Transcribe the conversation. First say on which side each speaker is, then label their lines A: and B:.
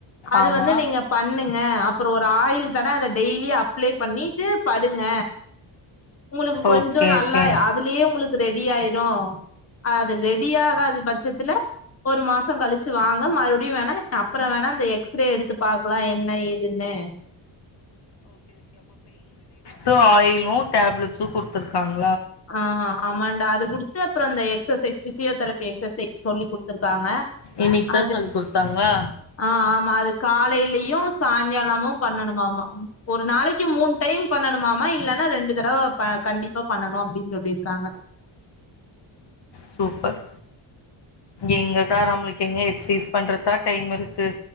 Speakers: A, on the left (about 30°); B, on the left (about 55°).
A: அது
B: ஆமா
A: வந்து நீங்க பண்ணுங்க அப்புறோம் ஒரு ஆயிள் தரேன் அத டெய்லி அப்ளை பண்ணிட்டு படுங்க உங்களுக்கு கொஞ்சோம்
B: ஓகே
A: நல்லா
B: ஓகே
A: அதுலயே உங்களுக்கு ரெடி ஆயிடும் அது ரெடி ஆகாது <inaudible> பட்சத்துல ஒரு மாசம் கழிச்சு வாங்க மறுபடியும் வேணா அப்பறம் வேணா இந்த எக்ஸ்ரே எடுத்து பாக்லாம் என்ன எதுன்னு
B: சோ ஆயிலும் டேப்லெட்ஸும் கொடுத்துருக்காங்க
A: ஆ ஆமாண்டா அது குடுத்து அப்புறம் அந்த எக்சசைஸ் பிஸியோதெரபி எக்சசைஸ் சொல்லி கொடு இருக்காங்க
B: இன்னைக்கு தா
A: அது
B: சொல்லி குடுத்தாங்களா
A: ஆ ஆமா அது காலெயிலும் சாயந்தரமும் சாங்காலமும் பண்ணணுமாமா ஒரு நாளைக்கு மூண் டைம் பண்ணணுமா மா இல்லன்னா ரெண்டு தடவ கண்டிப்பா பண்ணணும் அப்டின்னு சொல்லிருக்காங்க
B: சூப்பர் எங்கசார் நம்பளுக்கு எங்க எக்சைஸ் பண்றதுக்கா டைம் இருக்கு